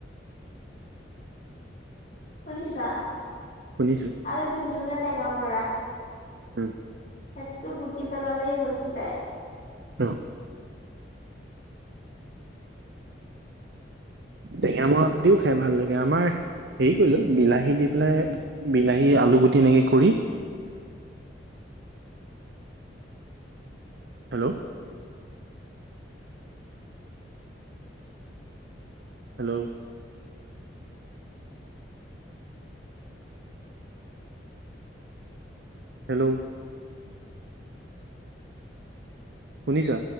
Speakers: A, on the left; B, on the right.
A: শুনিছা
B: শুনিছো
A: আৰু যোনটো যে টেঙা মৰা।
B: উম।
A: সেইটোতো গুটি পেলালে গচি যায়।
B: অ',
A: <unintelligible>
B: টেঙ মৰা সদিও খাই ভাল লাগে আমাৰ হেৰি কৰিলো বিলাহী দি পেলাই বিলাহী আলু গুটি এনেকে কৰি।
A: অ'।
B: হেল্ল'। হেল্ল'। হেল্ল'। শুনিছা?